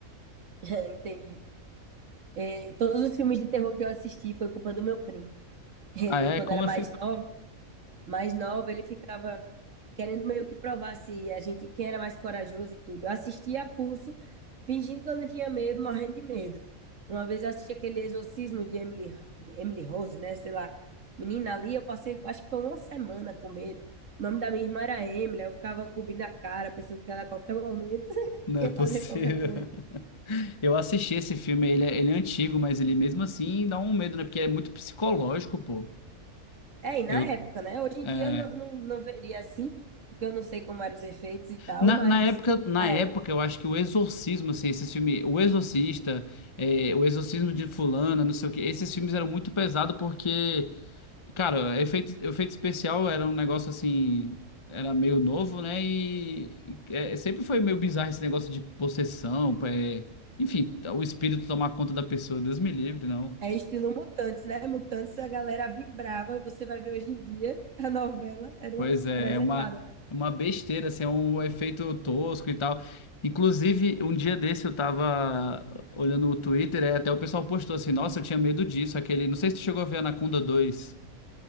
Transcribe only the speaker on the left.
Ah, é?
Como
assim?
Não
é possível.
<laughs> Eu assisti esse filme, ele é, ele é antigo, mas ele mesmo assim dá um medo, né? Porque é muito psicológico, pô.
Eu,
é.
Na,
na época, na
época, eu acho que o Exorcismo, assim, esses filmes, O Exorcista, é, O Exorcismo de Fulana, não sei o quê, esses filmes eram muito pesados porque, cara, efeito, efeito especial era um negócio assim, era meio novo, né? E é, sempre foi meio bizarro esse negócio de possessão, é, enfim, o espírito tomar conta da pessoa, Deus me livre, não.
Pois
é,
é uma,
uma besteira, assim, é um efeito tosco e tal. Inclusive, um dia desse eu tava olhando o Twitter, é, até o pessoal postou assim, nossa, eu tinha medo disso, aquele, não sei se tu chegou a ver Anaconda dois